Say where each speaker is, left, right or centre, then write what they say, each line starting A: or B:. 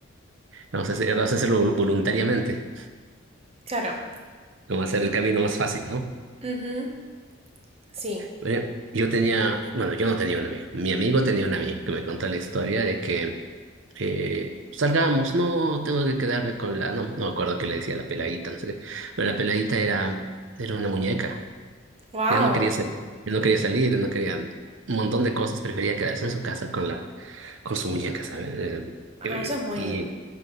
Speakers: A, on the right; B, on the right.
A: vamos a hacer, vamos a hacerlo vol- voluntariamente.
B: Claro.
A: Como hacer el camino más fácil, ¿no?
B: Ujú, Sí.
A: Bueno, yo tenía, bueno, yo no tenía un amigo. Mi amigo tenía un amigo que me contó la historia de que eh, salgamos, no, tengo que quedarme con la, no, no me acuerdo qué le decía la peladita, no sé qué, pero la peladita era, era una muñeca.
B: Wow.
A: Ya no quería salir, no quería salir, no quería un montón de cosas, prefería quedarse en su casa con la, con su muñeca, ¿sabes? Eh,
B: Ah,
A: eh,
B: eso es muy,
A: y